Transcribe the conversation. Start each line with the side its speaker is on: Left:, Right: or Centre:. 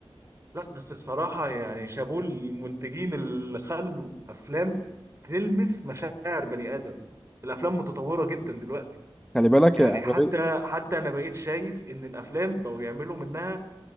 Right: لا بس بصراحه يعني شابوه المنتجين اللي خلوا افلام تلمس مشاعر بني ادم الافلام متطوره جدا دلوقتي
Centre: خلي بالك
Right: يعني
Centre: يا أغلبية
Right: حتى حتى انا بقيت شايف ان الافلام بقوا يعملوا منها